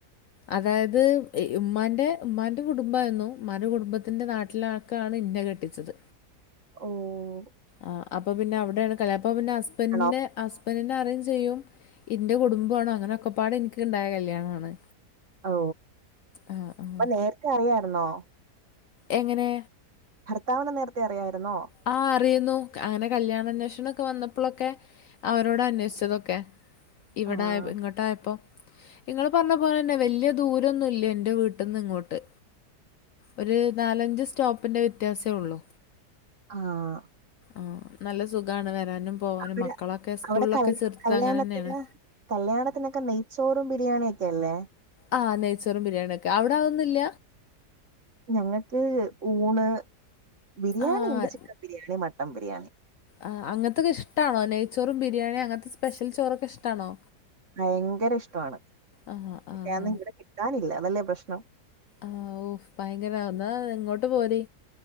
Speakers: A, on the left (about 65°); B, on the right (about 45°).
A: അതായത് ഉമ്മാന്റെ ഉമ്മാന്റെ കുടുംബായിരുന്നു ഉമ്മാന്റെ കുടുംബത്തിന്റെ നാട്ടിലാ ക്കാണ് ഇന്ന കെട്ടിച്ചത്
B: ഓ
A: ആ അപ്പ പിന്നെ അവിടെയാണ് കല അപ്പൊ പിന്നെ ഹസ്ബൻന്റെ
B: ആണോ
A: ബന്റിന അറിയുംചെയ്യും ഇന്റെ കുടുംബാണ് അങ്ങനൊക്കെ പാട് എനിക്ക് ഉണ്ടായ കല്യാണാണ്
B: ഓ
A: ആഹ് ആഹ്
B: അപ്പ നേരത്തെ അറിയാരുന്നോ
A: എങ്ങനെ
B: ഭർത്താവിന് നേരത്തെ അറിയാരുന്നോ
A: ആഹ് അറിയുന്നു അങ്ങനെ കല്യാണാന്വേഷണൊക്കെ വന്നപ്പോളൊക്കെ അവരോട അന്വേഷിച്ചതൊക്കെ ഇവിടായപ
B: ആഹ്
A: ഇങ്ങോട്ടായപ്പോ ഇങ്ങള് പറഞ്ഞ പോലെന്നെ വല്യ ദൂരൊന്നുല്ല എന്റെ വീട്ടിന്ന് ഇങ്ങോട്ട് ഒര് നാലഞ്ച് സ്റ്റോപ്പിൻ്റെ വ്യത്യാസേ ഒള്ളൂ
B: ആഹ്
A: ആഹ് നല്ല സുഖാണ് വരാനും പോവാനും
B: അവിടെ
A: മക്കളൊക്കെ സ്കൂളിലൊക്കെ
B: അവിടെ കല്
A: ചേർത്ത്
B: കല്യാണത്തിന്
A: അങ്ങനെന്നെയാണ്
B: കല്യാണത്തിനെക്കെ നെയ്ച്ചോറും ബിരിയാണിയെക്കെ അല്ലേ
A: ആഹ് നെയ്ച്ചോറും ബിരിയാണിയെക്കെ അവിടാതൊന്നില്ല
B: ഞങ്ങക്ക് ഊണ് ബിരിയാണിണ്ട്
A: ആഹ്
B: ചിക്കൻ ബിരിയാണി മട്ടൺ ബിരിയാണി
A: ആഹ് അങ്ങൻത്തൊക്കെ ഇഷ്ടാണോ നെയ്ച്ചോറും ബിരിയാണിയും അങ്ങനത്തെ സ്പെഷ്യൽ ചോറൊക്കെ ഇഷ്ടാണോ
B: ഭയങ്കര ഇഷ്ടവാണ്
A: ആഹ്
B: പക്ഷെ
A: ആഹ്
B: ആന്നും ഇവിടെ കിട്ടാനില്ല അതല്ലേ പ്രശ്നം
A: ആ ഓ ഭയങ്കര ന്നാ ഇങ്ങോട്ട് പോര്